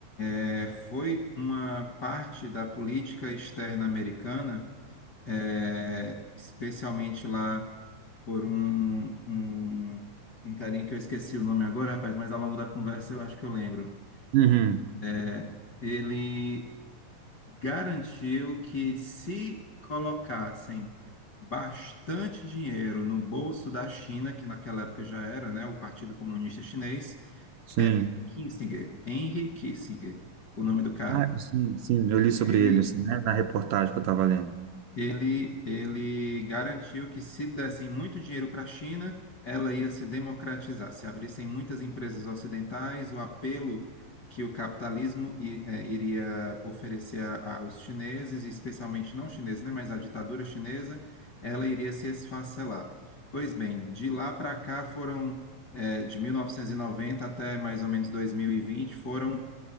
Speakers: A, on the left (about 60°); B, on the right (about 75°).
A: É, foi uma parte da política externa americana, é, especialmente lá por um, um, um carinha que eu esqueci o nome agora, rapaz, mas ao longo da conversa eu acho que eu lembro.
B: Uhum.
A: É, ele garantiu que se colocassem bastante dinheiro no bolso da China, que naquela época já era, né, o Partido Comunista Chinês,
B: Sim.
A: é Henry Kissinger, Henry Kissinger, o nome do cara
B: Ah, sim, sim, eu li sobre
A: ele,
B: ele, assim, né? Na reportagem que eu estava lendo.
A: ele, ele garantiu que se dessem muito dinheiro para a China, ela ia se democratizar. Se abrissem muitas empresas ocidentais, o apelo que o capitalismo i- eh, iria oferecer a- aos chineses, e especialmente não chineses, né, mas à ditadura chinesa, ela iria se esfacelar. Pois bem, de lá para cá foram, eh, de 1990 até mais ou menos 2020 foram